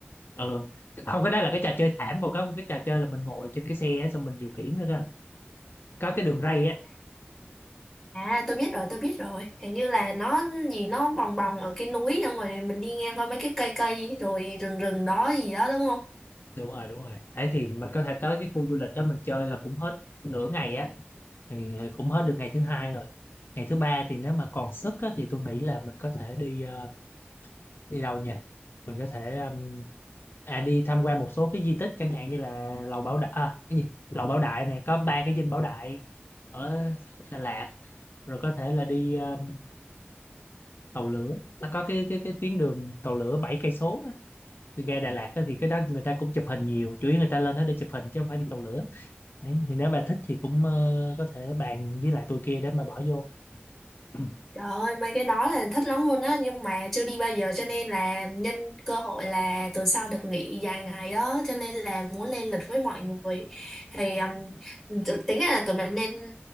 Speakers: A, on the left (about 60°); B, in the centre.
A: ừ không cái đó là cái trò chơi thảm còn có một cái trò chơi là mình ngồi trên cái xe á, xong mình điều khiển nữa cơ có cái đường ray á
B: À tôi biết rồi tôi biết rồi hình như là nó gì nó bồng bồng ở cái núi xong rồi mình đi ngang qua mấy cái cây cây rồi rừng rừng đó gì đó đúng không?
A: đúng rồi đúng rồi đấy thì mình có thể tới cái khu du lịch đó mình chơi là cũng hết nửa ngày á thì ờ, cũng hết được ngày thứ hai rồi ngày thứ ba thì nếu mà còn sức á, thì tôi nghĩ là mình có thể đi ờ, đi đâu nhỉ? mình có thể ừm, à đi tham quan một số cái di tích chẳng hạn như là lầu Bảo Đại à, cái gì lầu Bảo Đại này có ba cái dinh Bảo Đại ở Đà Lạt rồi có thể là đi ờ, tàu lửa nó có cái cái cái tuyến đường tàu lửa bảy cây số á. từ ga Đà Lạt á, thì cái đó người ta cũng chụp hình nhiều chủ yếu người ta lên đó để chụp hình chứ không phải đi tàu lửa Đấy, thì nếu bà thích thì cũng ờ, có thể bàn với lại tôi kia để mà bỏ vô <clears throat>
B: Trời ơi mấy cái đó là thích lắm luôn á nhưng mà chưa đi bao giờ cho nên là nhân cơ hội là tuần sau được nghỉ dài ngày đó cho nên là muốn lên lịch với mọi người thì um, tự- tính ra là tụi mình nên